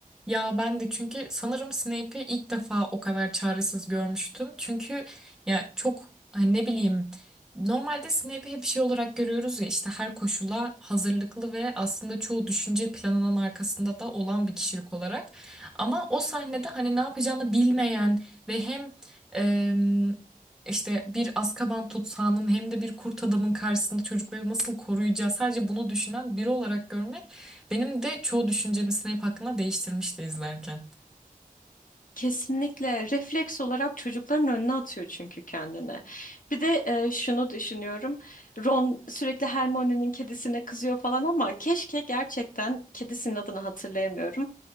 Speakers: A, in the centre; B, on the left.
A: Ya ben de çünkü sanırım Snape'i ilk defa o kadar çaresiz görmüştüm. Çünkü ya çok hani ne bileyim normalde Snape'i hep şey olarak görüyoruz ya işte her koşula hazırlıklı ve aslında çoğu düşünce planının arkasında da olan bir kişilik olarak. Ama o sahnede hani ne yapacağını bilmeyen ve hem em, işte bir Azkaban tutsağının hem de bir kurt adamın karşısında çocukları nasıl koruyacağı sadece bunu düşünen biri olarak görmek benim de çoğu düşüncemi Snape hakkında değiştirmişti izlerken.
B: Kesinlikle refleks olarak çocukların önüne atıyor çünkü kendini. Bir de e, şunu düşünüyorum. Ron sürekli Hermione'nin kedisine kızıyor falan ama keşke gerçekten kedisinin adını hatırlayamıyorum.